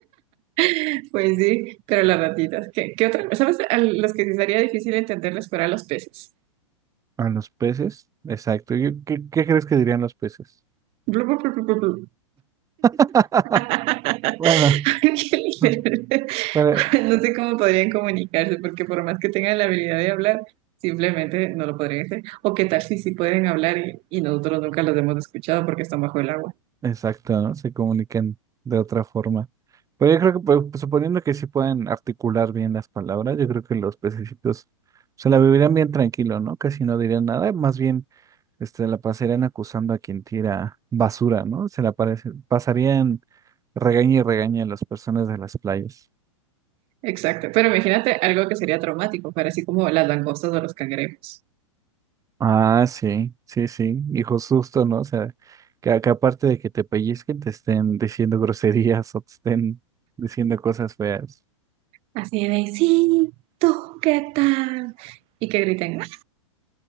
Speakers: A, on the right; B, on the right.
A: <laughs> Pues sí, pero las ratitas, ¿qué, qué otra? ¿Sabes? A los que sí sería difícil entenderles fuera a los peces.
B: A los peces, exacto. Yo- ¿Qué, qué crees que dirían los peces?
A: Blu, blu, blu, blu, blu, blu.
B: <laughs>
A: Ángel,
B: Bueno,
A: <laughs>
B: <laughs> bueno,
A: No sé cómo podrían comunicarse, porque por más que tengan la habilidad de hablar, simplemente no lo podrían hacer. O qué tal si sí pueden hablar y, y nosotros nunca los hemos escuchado porque están bajo el agua.
B: Exacto, ¿no? Se comunican de otra forma. Pero yo creo que, pues, suponiendo que sí pueden articular bien las palabras, yo creo que los pececitos se la vivirían bien tranquilo, ¿no? Casi no dirían nada, más bien este, la pasarían acusando a quien tira basura, ¿no? Se la parece- pasarían regaña y regaña a las personas de las playas.
A: Exacto. Pero imagínate algo que sería traumático, para así como las langostas o los cangrejos.
B: Ah, sí, sí, sí, hijo susto, ¿no? O sea, que, que aparte de que te pellizquen, te estén diciendo <laughs> groserías o te estén diciendo cosas feas.
A: Así de, sí, tú, ¿qué tal? Y que griten. "Ah".